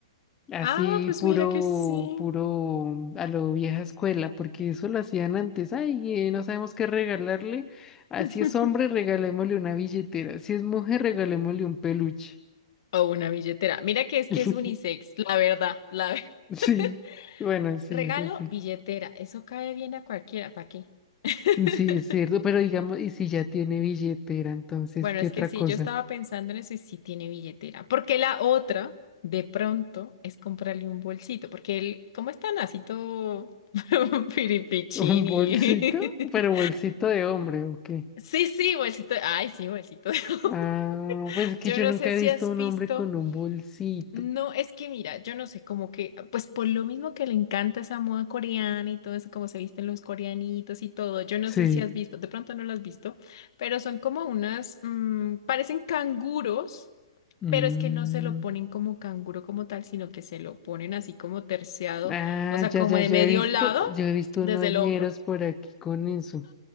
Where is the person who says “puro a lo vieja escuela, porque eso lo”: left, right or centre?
Left